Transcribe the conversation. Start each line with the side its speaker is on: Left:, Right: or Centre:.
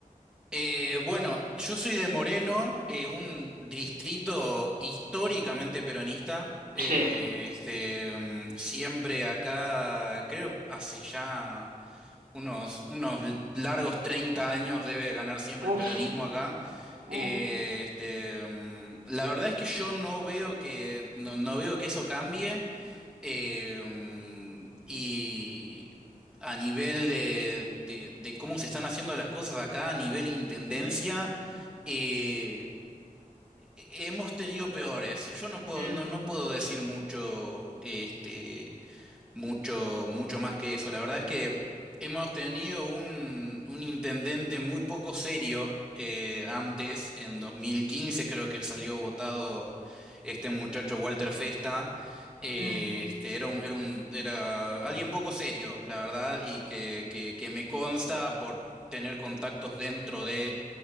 Centre: Eh, bueno, yo soy de Moreno, eh, un distrito históricamente peronista. Eh,
Right: Sí.
Centre: este, mm, siempre acá, creo, hace ya unos, unos largos 30 años debe ganar siempre
Right: uff
Centre: el peronismo acá.
Right: uf.
Centre: Eh, este, mm, la verdad es que yo no veo que no, no veo que eso cambie eh, mm, y a nivel de, de, de cómo se están haciendo las cosas acá, a nivel intendencia, eh, hemos tenido peores. Yo no puedo
Right: Mm,
Centre: no, no puedo decir mucho este mucho, mucho más que eso. La verdad es que hemos tenido un, un intendente muy poco serio eh, antes, en 2015 creo que salió votado este muchacho Walter Festa. Eh,
Right: mm,
Centre: este, era un, era un, era alguien poco serio, la verdad, y que, que, que me consta por tener contactos dentro de